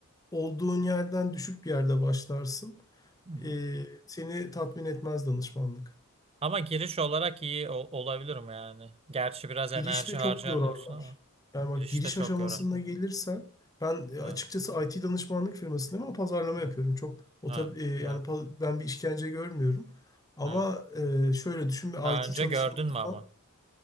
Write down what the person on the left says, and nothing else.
olduğun yerden düşük bir yerde başlarsın.
E, seni tatmin etmez danışmanlık.
Girişte çok
yorarlar.
Yani bak
giriş
aşamasına
gelirsen ben e, açıkçası
IT danışmanlık firmasındayım ama pazarlama yapıyorum.
Çok o
tar- e,
yani pa- ben bir işkence görmüyorum. Ama
e, şöyle düşün bir
IT
çalışanıysan